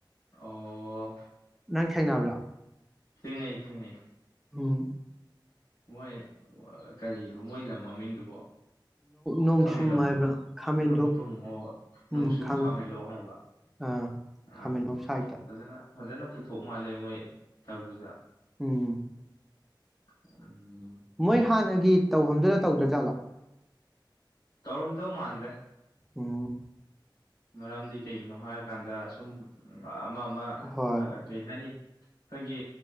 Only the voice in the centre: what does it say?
ꯅꯪ ꯊꯦꯡꯅꯕ꯭ꯔꯥ
ꯎꯝ
ꯅꯣꯡꯁꯨꯝ
ꯍꯥꯏꯕ꯭ꯔꯥ ꯈꯥꯃꯦꯟꯂꯣꯛ
ꯎꯝꯥꯃ
ꯑ
ꯈꯥꯃꯦꯟꯂꯣꯛ ꯁꯥꯏꯠꯇ
ꯎꯝ
ꯃꯣꯏ ꯍꯥꯟꯅꯒꯤ ꯇꯧꯐꯝꯗꯨꯅ ꯇꯧꯗ꯭ꯔꯥꯖꯥꯠꯂꯣ
ꯑꯣ
ꯍꯣꯏ